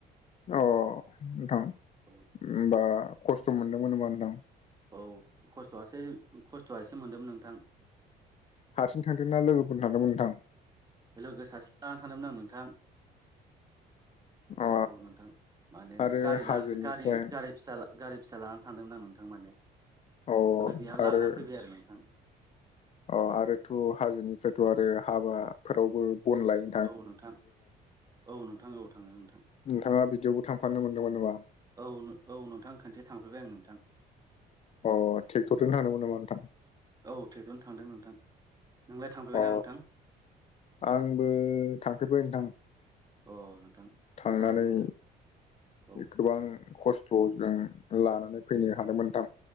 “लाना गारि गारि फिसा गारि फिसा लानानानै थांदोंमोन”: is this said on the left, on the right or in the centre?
Right